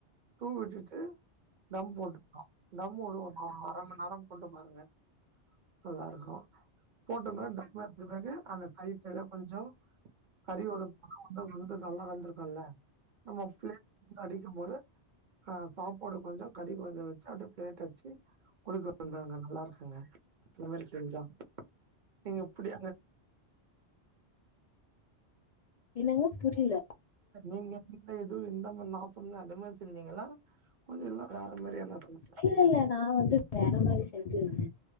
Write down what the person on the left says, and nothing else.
என்னங்க புரில
இல்ல,
இல்ல. நான் வந்து வேற மாதிரி செஞ்சிருந்த